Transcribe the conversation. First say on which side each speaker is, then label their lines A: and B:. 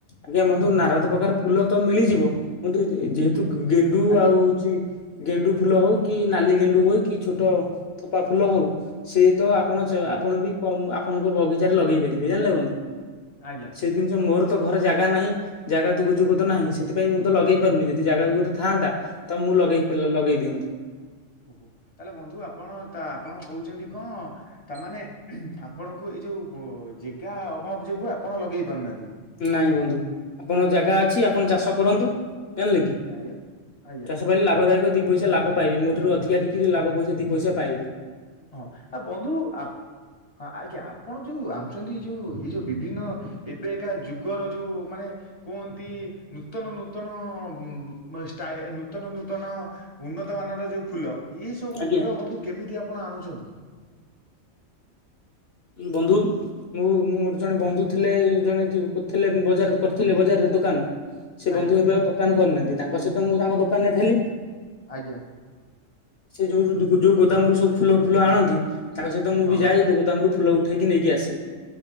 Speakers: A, on the left (about 55°); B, on the left (about 30°).
A: ଆଜ୍ଞା ବନ୍ଧୁ ନାରଦ ପ୍ରକାର ଫୁଲ ତ ମିଳିଯିବ କିନ୍ତୁ ଯେହେ ତୁ ଗେଣ୍ଡୁ
B: ଆଜ୍ଞା।
A: ଆଉ ହଉଛି ଗେଣ୍ଡୁ ଫୁଲ ହଉ କି ନାଲି ଗେଣ୍ଡୁ ହଉ କି ଛୋଟ ତୋପା ଫୁଲ ହଉ ସେ ତ ଆପଣ
B: ଆଜ୍ଞା।
A: ଆପଣ ବି କମ୍ ଆପ ଆପଣଙ୍କ ବଗିଚାରେ ଲଗେଇ ପାରିବେ ଜାଣିଲେ ବନ୍ଧୁ।
B: ଆଜ୍ଞା
A: ସେ ଜିନିଷ ମୋର ତ ଘରେ ଜାଗା ନାହିଁ ଜାଗା ତୁଗ ଯୁଗ ତ ନାହିଁ, ସେଥିପାଇଁ ମୁଁ ତ ଲଗେଇ ପାରୁନି ଯଦି ଜାଗା ଯୁଗତ ଥାନ୍ତା ତ ମୁଁ ଲଗେଇ ଲଗେଇ ଦିଅନ୍ତି।
B: ଓ ହୋ ତାହେଲେ ବନ୍ଧୁ ଆପଣ ଆପଣ କହୁଛନ୍ତି କଣ, ତାମାନେ ଆପଣଙ୍କୁ ଏଇ ଯୋଉ ଜେଗା ଅଭାବ ଯୋଗୁ ଆପଣ ଲଗେଇ ପାରୁନାହାନ୍ତି?
A: ନାଇଁ ବନ୍ଧୁ ଆପଣ ଜାଗା ଅଛି ଆପଣ ଚାଷ କରନ୍ତୁ ଜାଣିଲେ କି।
B: ଆଜ୍ଞା ଆଜ୍ଞା
A: ଚାଷ ପାଇଲେ ଲାଭଦାୟକ ଦି ପଇସା ଲାଭ ପାଇବେ, ମୋ ଠାରୁ ଅଧିକା ବିକିକି ଲାଭ ପଇସା ଦି ପଇସା ପାଇବି।
B: ହଁ ଆ ବନ୍ଧୁ ଆପ ହଁ ଆଜ୍ଞା ଆପଣ ଯୋଉ ଆଣୁଛନ୍ତି ଏଇ ଯୋଉ ଏଇ ଯୋଉ ବିଭିନ୍ନ ଏବେ କା ଯୁଗର ଯୋଉ ମାନେ କୁହନ୍ତି ନୂତନ ନୂତନ ନୂତନ ଷ୍ଟା ନୂତନ ଉନ୍ନତ ମାନର ଯୋଉ ଫୁଲ ଏ ସବୁ
A: ଆଜ୍ଞା।
B: ଫୁ ଲ ବନ୍ଧୁ କେମିତି ଆପଣ ଆଣୁଛନ୍ତି?
A: ବନ୍ଧୁ। ମୁଁ ମୁଁ ମୋର ଜଣେ ବନ୍ଧୁ ଥିଲେ ଜଣେ ଥିଲେ ବଜାର କରିଥିଲେ ବଜାରରେ ଦୋକାନ ସେ
B: ଆଜ୍ଞା
A: ବନ୍ଧୁ ଏବେ ଆଉ ଦୋକାନ କରିନାହାନ୍ତି। ତାଙ୍କ ସହିତ ମୁଁ ତାଙ୍କ ଦୋକାନରେ ଥେଲି।
B: ଆଜ୍ଞା।
A: ସେ ଯୋଉ ଯୋଉ ଗୋଦାମରୁ ସବୁ ଫୁଲ ଫୁଲ ଆଣନ୍ତି, ତାଙ୍କ ସହିତ ମୁଁ
B: ହଁ
A: ବି ଯାଏ ଦୋ ଫୁଲ ଉଠେଇକି ନେଇକି ଆସେ।